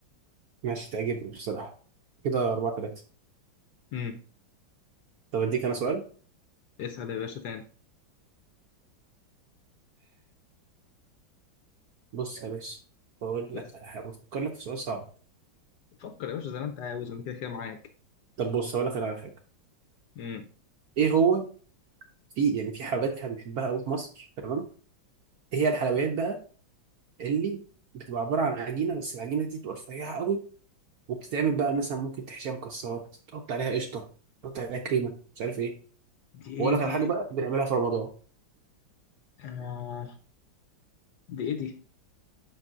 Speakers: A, on the right (about 65°); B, on the left (about 70°).
A: ماشي تعجبني بصراحه كده أربعة تلاتة
B: امم
A: طب اديك انا سؤال
B: اسال يا باشا تاني
A: بص يا باشا بقول
B: اسال
A: لك على حاجه بفكر لك في سؤال صعب
B: فكر يا باشا زي ما انت عاوز انا كده كده معاك
A: طب بص اقول لك أنا على حاجه
B: امم
A: ايه هو في يعني في حلويات احنا بنحبها قوي في مصر تمام إيه هي الحلويات بقى اللي بتبقى عباره عن عجينه بس العجينه دي بتبقى رفيعه قوي وبتتعمل بقى مثلا ممكن تحشيها مكسرات تحط عليها قشطه تحط عليها كريمه مش عارف ايه
B: دي
A: واقول
B: ايه
A: لك على
B: دي
A: حاجه بقى بنعملها في رمضان
B: آه دي ايه دي